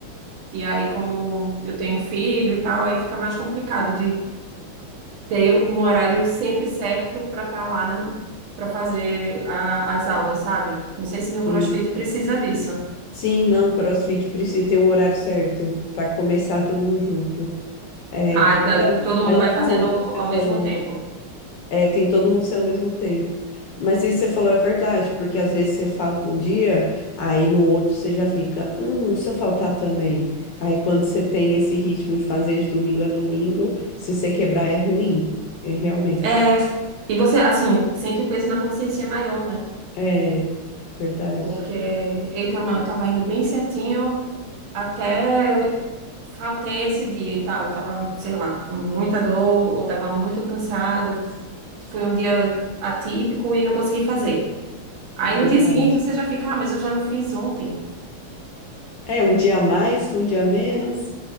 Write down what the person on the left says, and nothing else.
Sim.
Sim, não, CrossFit precisa ter um horário certo para começar todo mundo junto. É,
é um
ponto
que você falou.
É, tem todo mundo ser ao mesmo tempo. Mas isso que você falou é verdade, porque às vezes você falta um dia, aí no outro você já fica, hum, se eu faltar também. Aí quando você tem esse ritmo de fazer de domingo a domingo, se você quebrar é ruim, é realmente.
É verdade,
verdade.
É um dia a mais, um dia a menos.